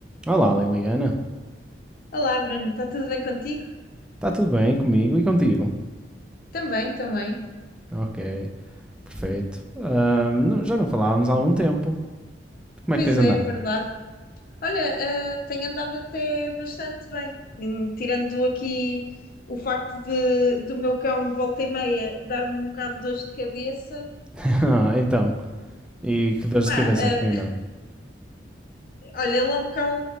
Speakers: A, in the centre; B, on the left.
A: Olá, Liliana.
B: Olá, Bruno, está tudo bem contigo?
A: Está tudo bem comigo e contigo?
B: Também, também.
A: Ok, perfeito. Ahm, não- já não falávamos há algum tempo. Como
B: Pois
A: é que tens andado?
B: é, é verdade. Olha, ah, tenho andado até bastante bem, Hum, tirando aqui o facto de, do meu cão volta e meia dar-me um bocado de dores de cabeça.
A: <laughs> Ah, então, e que dores
B: Pá,
A: de cabeça
B: ah,
A: é que tem dado?
B: olha, ele é um cão